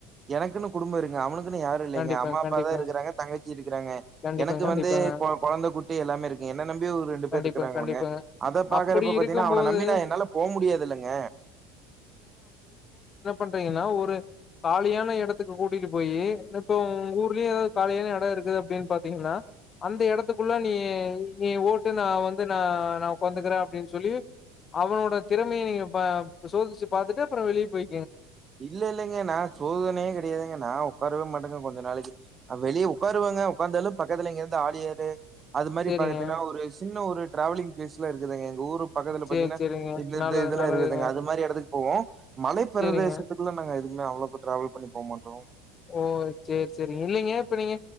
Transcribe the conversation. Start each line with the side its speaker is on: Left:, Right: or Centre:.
Right: எனக்குன் குடும்பம் இருங்க அவனுக்குன் யாரும் இல்
Left: கண்டிப்பா
Right: அம்மா அப்பா
Left: கண்டிப்பா
Right: தா இருக்குறாங்க தங்கச்சி இருக்குறாங்க
Left: கண்டிப்பாங்க
Right: எனக்கு
Left: கண்டிப்பாங்க.
Right: வந்து கொழந்த குட்டி எல்லாமே இருக்கு என்ன நம்பி ஒரு ரெண்டு
Left: கண்டிப்பாங்க
Right: பேர் இருக்குறாங்கலங்க
Left: கண்டிப்பாங்க.
Right: அத பாக்குற
Left: அப்படி
Right: அப்போ
Left: இருக்கும்போது
Right: பாத் அவனை நம்பினா என்னால போ முடியாது இல்லங்க
Left: கன்னா ஒரு காலியான எடத்துக்கு கூட்டிட்டு போயி இப்போ உங்க ஊர்லயே ஏதாவுது காலியான எடம் இருக்குது அப்பிடின் பாத்தீங்கன்னா அந்த எடத்துக்குள்ள நீ நீ ஓட்டு நா வந்து நா நா ஓக்காந்துக்குறேன் அப்பிடின் சொல்லி அவனோட திறமைய நீங்க ப சோதிச்சு பாத்துட்டு அப்புற வெளிய போயி
Right: இல்ல இல்லலங்க நா சோதனையே கெடையாதுங்க நா ஒக்காரவே மாட்டேன் கொஞ்ச நாளைக்கு வெளிய உக்காருவேங்க உக்காந்தாலும் பக்கத்துல எங்கேயாது ஆளு யாரு அது மாரி
Left: சரிங்க.
Right: பாகத்தீன்னா ஒரு வஸ் சின்ன ஒரு ட்ராவலிங் பிளேஸ்ல இருக்குதுங்க எங்க ஊர் பக்கத்துல
Left: சரி,
Right: பாத்தீங்கன்னா
Left: சரிங்க.
Right: இல்லட்ற
Left: நல்லது
Right: இதுலா
Left: நல்லதுங்க.
Right: இருக்குதுங்க அது மாரி எடத்துக்கு போவோம் மலைப்பிரதேச
Left: சரிங்க.
Right: நா எதுக்குமே அவ்ளோ டிராவல் பண்ணி போ மட்டோம்
Left: ஓ சேர் சேரி இல்லிங்க இப்ப நீங்க